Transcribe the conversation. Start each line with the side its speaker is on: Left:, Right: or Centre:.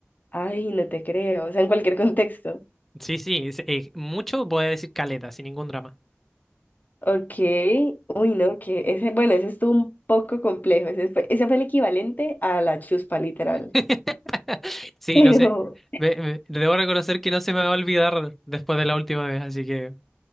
Left: Ay, no te creo, o sea, en cualquier contexto.
Centre: Sí, sí, es- eh, mucho puede decir caleta, sin ningún drama.
Left: Ok, uy, no, que ese, bueno, ese estuvo un poco complejo, ese fue, ese fue el equivalente a la chuspa, literal.
Centre: <laughs> Sí,
Left: Pero,
Centre: no sé. Me- me- debo reconocer que no se me va a olvidar después de la última vez, así que.